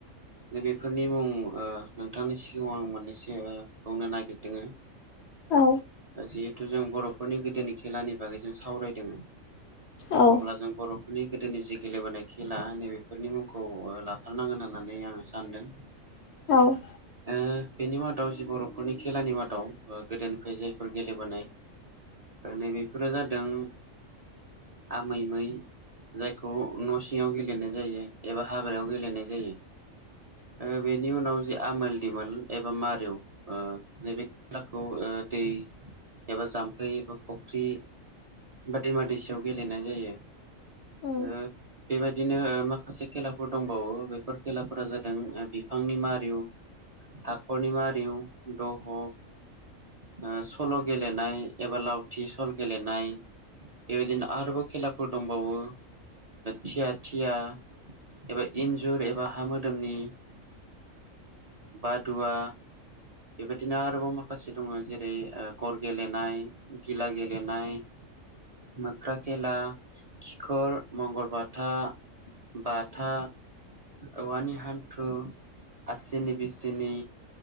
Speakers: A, on the right (about 35°); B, on the left (about 65°).
A: दै बेेफोरनि मुं नोंथांनि सिगाङाव आं मोननैसो बुंनो नागिरदों
B: औ
A: जिहेथु जों बर'फोरनि गोदोनि खेलानि बागै जों सावरायदों
B: औ
A: अब्ला जों बर' बेफोरनि गोदोनि जि गेलेबोनाय खेला नैबेफोरनि मुंखौ लाथारनांगोन होननानै आंङो सानदों
B: औ उम
A: ओ बेनि मादाव जि बर'फोरनि खेलानि मादाव गोदोनिफ्राय जायफोर गेलेबोनाय नैबेफोरा जादों आमै मै जायखौ न' सिङांव गेलेनाय जायो एबा हाग्रायाव गेलेनाय जायो । बेनि उनाव जे आमोल दिमोल एबा मारेव नैबे खेलाखौ दै एबा जामफै एबा फुख्रि दैमा दैसायाव गेलेनाय जायो ।
B: उम
A: बेबायदिनो माखासे खेलाफोर दंबावो बेफोर खेलाफोरा जादों बिफांनि मारिउ हाखरनि मारिउ दह सल' गेलेनाय एबा लावथि सल' गेलेनाय बेबायदिनो आरोबाव खेलाफोर दंबावो थिया थिया एबा इन्जुर एबा हा मोदोमनि बादुवा बेबायदिनो आरोबाव माखासे दंङो जेरै गर गेलेनाय गिला गेलेनाय मोख्रा खेला खिखर मंगलबाथा बाथा औवानि हान्थु आसिनि बिसिनि